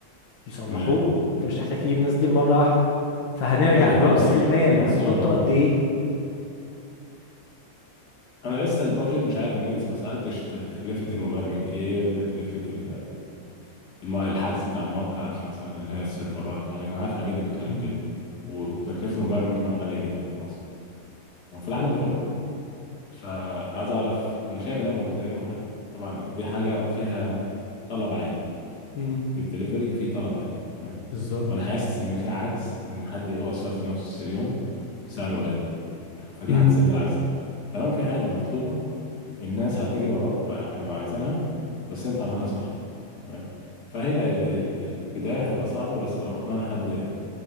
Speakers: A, on the left; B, on the left.
A: يصلحوه
B: تمام
A: انت مش هتحتاج تجيب الناس دي مرة واحدة فهنرجع
B: لا ده
A: لرأس
B: هيفضلوا سنه
A: المال
B: سنه
A: هتحطه
B: صيانه اه
A: قد ايه
B: انا لسه البادجت مش عارف ان انت ما سالتش ت- تكلفه المبرمج ايه وتكلفه ال- الم- الحجز بتاع الموقع عشان مثلا اللي هي السيرفرات والحاجات انا عارف الحاجات دي بتكلف
A: مم.
B: جدا و- وتكلفه المبرمج كمان غاليه جدا في مصر وفي العالم
A: مم.
B: كله يعني فعايز اعرف انا شايف انها مجزيه وحد طبعا دي حاجه فيها طلب عالي
A: مم.
B: الدليفري فيه طلب عالي تمام
A: بالظبط
B: وانا حاسس ان في عجز ان حد يوصل في نفس اليوم بسعر قليل فدي
A: مم.
B: هتسد العجز ده طالما في حاجه مطلوبه الناس هتجري وراك وهيبقى عايزينها بس انت عاملها صح تمام فهي ال- ال- البدايه هتبقى صعبه بس لو اقنعنا حد